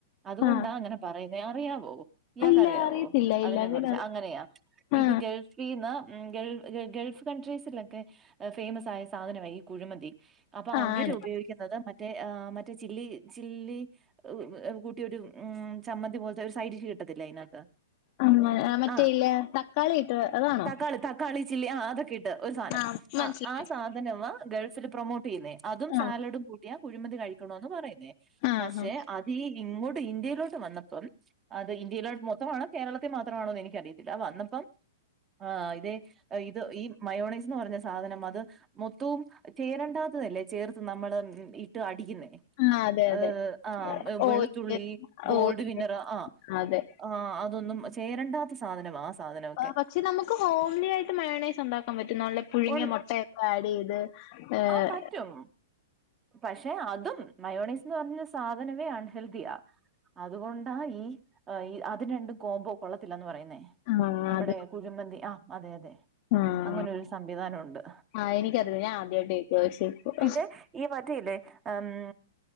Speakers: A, on the right; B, on the left.
A: അതുകൊണ്ടാ
B: ആ
A: അങ്ങനെ പറയുന്നത് അറിയാവോ ഇയാൾക്ക്
B: ആ ഇല്ല
A: അറിയാവോ
B: അറിയത്തില്ല ഇല്ല
A: അതിനെ
B: അങ്ങനെ
A: കുറിച്ച്
B: അറി-
A: അങ്ങനെയാ
B: ആ
A: ഇത് ഗൾഫിന്ന് ഗൾഫ് ഗൾഫ് കൺട്രീസിലൊക്കെ- ഫേമസ്സ് ആയ സാധനമാ ഈ കുഴിമതി അപ്പൊ
B: ആ
A: അവര്
B: ആണ്
A: ഉപയോഗിക്കുന്നത് മറ്- മറ്റേ ആ മറ്റേ ചില്ലി ചില്ലി കൂട്ടിയ ഒരു ചമ്മന്തി പോലത്തെ ഒരു സൈഡിഷ്‌ കിട്ടത്തില്ലേ അതിനകത്ത്
B: ആ മ- ആ, മറ്റേ
A: ആഹ്
B: ഇല്ല തക്കാളി ഇട്ട് അതാണോ
A: തക്കാളി തക്കാളി ചില്ലി ആഹ് അതൊക്കെ ഇട്ട് ഒരു സാധനം
B: ആ മനസ്സിലായി
A: ആഹ് ആ
B: മനസ്സിലായി
A: സാധനമാ ഗൾഫില് പ്രൊമോട്ട് ചെയ്യുന്നേ അതും
B: ആ
A: സാലഡും കു - ക കുഴിമന്തി കഴിക്കണോന്ന് പറയുന്നേ
B: ആ
A: പക്ഷെ
B: ആ
A: അത് ഈ ഇങ്ങോട്ട് ഇന്ത്യയിലോട്ട് വന്നപ്പോം- അത് ഇന്ത്യയിലോ മൊത്തമാണോ കേരളത്തി മാത്രമാണോന്ന് എനിക്കറിയത്തില്ല വന്നപ്പം- ആഹ് ഇതേ ഇത് ഈ മയോണൈസ് എന്ന് പറഞ്ഞ സാ സാധനം അത് മൊത്തവും ചേരണ്ടാത്തതല്ലേ ചേർത്ത് നമ്മള് ഇട്ട് അടിക്കുന്നേ
B: ആ അതെ അതെ
A: ഏഹ് ആഹ്
B: ഓ
A: വെളുത്തുള്ളി
B: ഇല്ല
A: ഗോൾഡ്
B: ഓ ഇല്ല
A: വിനർ ആഹ്
B: അതെ
A: ആഹ് അതൊന്നും ചേരണ്ടാത്ത സാധനമാ സാധനമൊക്കെ
B: പക്ഷെ നമുക്ക് ഹോംലി ആയിട്ട് മയണൈസ് ഉണ്ടാക്കാൻ പറ്റും നല്ല പുഴുങ്ങിയ
A: ഒൺ
B: മുട്ടയൊക്കെ ആഡ് ചെയ്ത് ഏഹ്
A: ആ പറ്റും പക്ഷെ അതും മയോണീസ് എന്ന് പറഞ്ഞ സാധനമേ അൺഹെൽതിയാ അതുകൊണ്ടാ ഈ അത് രണ്ടും കോംമ്പോ കൊള്ളത്തില്ലന്ന് പറയുന്നേ
B: ആഹ്
A: നമ്മുടെ
B: അത്
A: കുഴിമന്തി ആഹ് അതെ അതെ
B: ആഹ്
A: അങ്ങനെ ഒരു സംവിധാനമ്മുണ്ട്
B: ആഹ് എനിക്കറിയില്ല ഞാൻ ആദ്യമായിട്ട് കേക്കുവാ പക്ഷേ ഇപ്പം
A: പിന്നെ ഈ മറ്റല്ലേ മ്